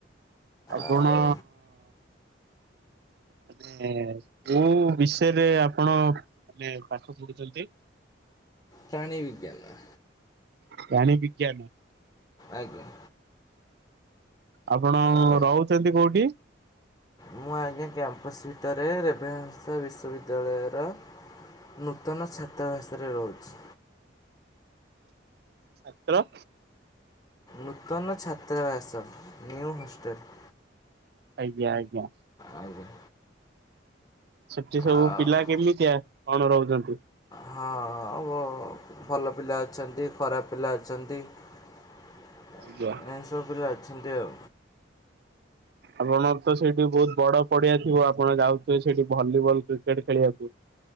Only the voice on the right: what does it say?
ଆପଣ।
ମାନେ କୋଉ ବିଷୟରେ ଆପଣ ମାନେ ପାଠ ପଢୁଛନ୍ତି।
ପ୍ରାଣି ବିଜ୍ଞାନ।
ଆପଣ
ରହୁଛନ୍ତି କୋଉଠି?
ଛାତ୍ର।
ଆଜ୍ଞା ଆଜ୍ଞା।
ସେଠି ସବୁ
ପିଲା କେମିତିଆ କଣ ରହୁଛନ୍ତି।
ଆଜ୍ଞା
ଆପଣ ତ ସେଇଠି ବହୁତ ବଡ ପଡିଆ ଥିବ ଆପଣ ଯାଉଥିବେ ସେଇଠି ଭଲିବଲ କ୍ରିକେଟ। ଖେଳିବାକୁ।